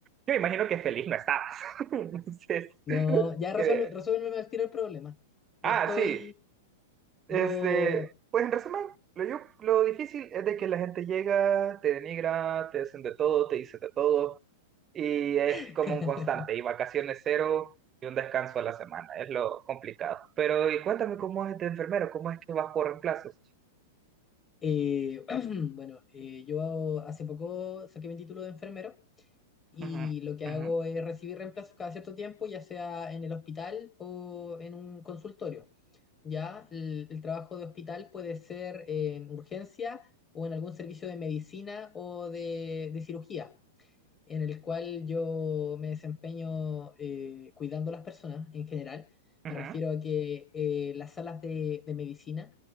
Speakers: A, on the right; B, on the left.
A: yo imagino que feliz no estabas. <laughs> Entonces,
B: No, ya resuelve,
A: que-
B: resuélveme al tiro el problema. Yo
A: ah,
B: estoy,
A: sí. Este,
B: yo,
A: pues en resumen, lo, yo- lo difícil es de que la gente llega, te denigra, te hacen de todo, te dicen de todo, y es
B: <laughs>
A: como un constante, y vacaciones cero y un descanso a la semana, es lo complicado. Pero, y cuéntame cómo es de enfermero, cómo es que vas por reemplazos.
B: eh, <clears throat> bueno, eh, yo hace poco saqué mi título de enfermero. y
A: Ujú,
B: lo que hago
A: ujú,
B: es recibir reemplazos cada cierto tiempo, ya sea en el hospital o en un consultorio. Ya el, el trabajo de hospital puede ser en urgencia o en algún servicio de medicina o de de cirugía en el cual yo me desempeño eh, cuidando a las personas en general.
A: ujú.
B: Me refiero a que eh, las salas de, de medicina,